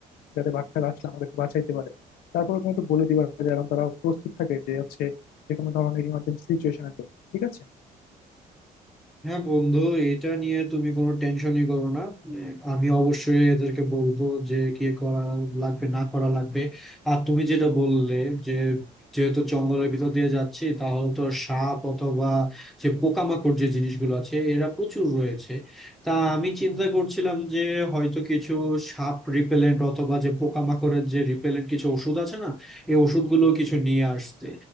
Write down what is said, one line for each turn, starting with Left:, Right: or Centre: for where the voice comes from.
Left: যাতে বাঘটা আসলে আমাদেরকে বাঁচাইতে পারে তারপরে তুমি একটু বলে দিবা যেন তারা প্রস্তুত থাকে যে হচ্ছে যে কোনো ধরনের ইমার্জেন্সি সিচুয়েশনের জন্য ঠিক আছে
Centre: হ্যাঁ বন্ধু এটা নিয়ে তুমি কোনো টেনশনই করো না আহ, আমি অবশ্যই এদেরকে বলবো যে কি করা লাগবে না করা লাগবে আর তুমি যেটা বললে যে যেহেতু জঙ্গলের ভিতর দিয়ে যাচ্ছি তাহলে তো সাপ অথবা যে পোকামাকড় যে জিনিসগুলো আছে এরা প্রচুর রয়েছে তা আমি চিন্তা করছিলাম যে হয়তো কিছু সাপ রিপেলেন্ট অথবা যে পোকামাকড়ের যে রিপেলেন্ট কিছু ওষুধ আছে না এই ওষুধগুলো কিছু নিয়ে আসতে